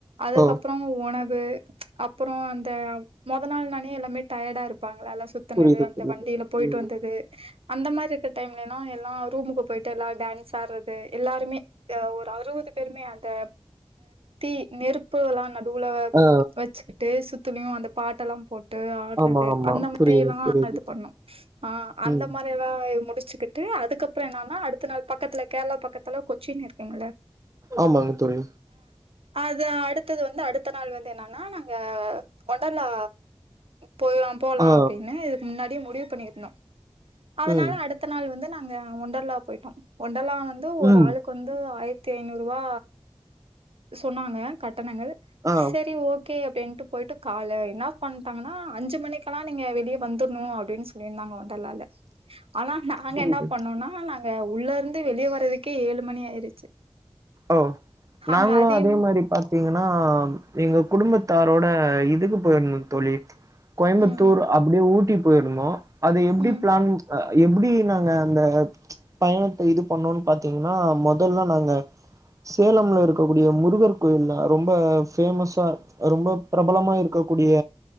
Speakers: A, on the right (about 65°); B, on the right (about 30°).
A: அதுக்கப்பறம்
B: ஓ
A: உணவு <inaudible> அப்பறம் அந்த மொதல் நாள் நானே எல்லாமே டயர்டா இருப்பாங்க வேல சுத்தனது
B: புரியுது
A: அந்த
B: புரியுது
A: வண்டியில போயிட்டு
B: ம்
A: வந்தது அந்த மாரி இருக்கிற டைம்லனா எல்லாம் ரூமுக்கு போயிட்டு எல்லாரும் டான்ஸ் ஆடுறது எல்லாருமே அறுபது பேருமே அந்த தீ நெருப்பு அதல்லாம் நடுவுல
B: ஆ
A: வச்சுக்கிட்டு சுத் த்துல அந்த பாட்ட எல்லாம் போட் <inaudible> ஆட்றது
B: ஆமா ஆமா
A: அந்த மாரில்லாம்
B: புரியுது புரியுது
A: இது பன்னோம் அ அந்த
B: ம்
A: மாரி முடிச் வச்சுக்கிட்டு அதுக்கப்பறம் என்னனா அடுத்த நாள் பக்கத்துல கேரளா பக்கத்துல கொச்சின் இருக்கீங்கள
B: ஆமாங்க தோழி
A: அது அடுத்தது வந்து அடுத்த நாள் வந்து என்னன்னா நாங்க ஓர்ண்டலா போயலாம் போலாம்
B: ஆ
A: அப்டின்னு இதுக்கு முன்னாடி முடிவு பண்ணியிருந்தோம் அதனால
B: ம்
A: அடுத்த நாள் வந்து நான அங்க ஒண்டர்லா போயிட்டோம் ஓர்ண்டலா வந்து ஒரு
B: ம்
A: ஆளுக்கு வந்து ஆயிர த்தி ஐந்நூறு ரூபா சொன்னாங்க க கட்டங்கள்
B: ஆ
A: செரி ஓகே ஓகே அப்டின்ட்டு போயிட்டு கால என்ன பண்ணிட்டாங்கன்னா அஞ்சு மணிக்கெல்லாம் நீங்க வெளியே வந்துரணும் அப்டின்னு சொல்லியிருந்தாங்க ஓண்டர்லால ஆனா நாங்க
B: புரியுது
A: என்ன பண்ணோம்னா நா உள்ள இருந்து வெளிய வறதுக் க்கே ஏழு மணி ஆயிருச்சு
B: ஓ நாங்களும்
A: அங்க அதையும்
B: அதே மாரி பத் பாத்தீங்கன்னா எங்க குடும்பத்தாரோட இதுக்கு போயிருந்தோ தோழி கோயம்புத்தூர்
A: ம்
B: அப்படியே ஊட்டி போயிருந்தோ அது எப்டி
A: ம்
B: பிளான் எப்டி நாங்க அந்த பயணத்தை இது பண்ணோனு பாத்தீங்கன்னா முதல்ல நாங்க சேலம்ல இருக்கக்கூடிய முருகர் கோயில்னா ரொம்ப பேமஸ்ஸா ரொம்ப பிரபலமா இருக்கக்கூடிய